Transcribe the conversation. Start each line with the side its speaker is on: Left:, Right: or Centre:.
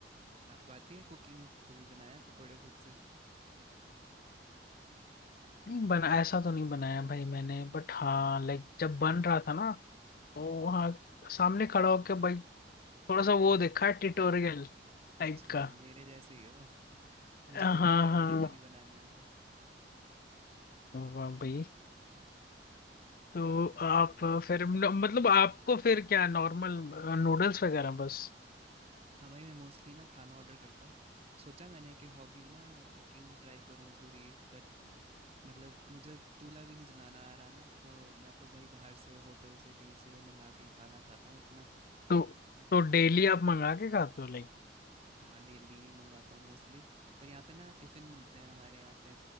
Right: आपको आती है कुकिंग कभी बनाया है पकोड़े खुद से
Left: नहीं बना ऐसा तो नहीं बनाया भाई मैंने बट हाँ लाइक जब बन रहा था ना तो वहाँ सामने खड़ा होकर भाई थोड़ा सा वो देखा है ट्यूटोरियल
Right: अच्छा
Left: टाइप
Right: मे-
Left: का
Right: मेरे जैसे ही हो <laughs> मुझे
Left: हाँ
Right: तो भाई
Left: हाँ
Right: अंडे भी नहीं बनाने आते
Left: वाह भाई तो आप फिर न- मतलब आपको फिर क्या नॉर्मल नूडल्स वगैरह बस
Right: हाँ भाई मैं मोस्टली ना खाना ऑर्डर करता हूँ सोचा मैंने कि हॉबी ना कुकिंग ट्राई करूँ थोड़ी बट मतलब मुझे चूल्हा भी नहीं जलाना आ रहा ना तो मैं तो भाई बाहर से होटल से कहीं से मंगा के ही खाना खाता हूँ अपना
Left: तो तो डेली आप मंगा के खाते हो लाइक
Right: हाँ डेली मंगाता हूँ मोस्टली पर यहाँ पे ना टिफ़िन मिलते हैं हमारे यहाँ पे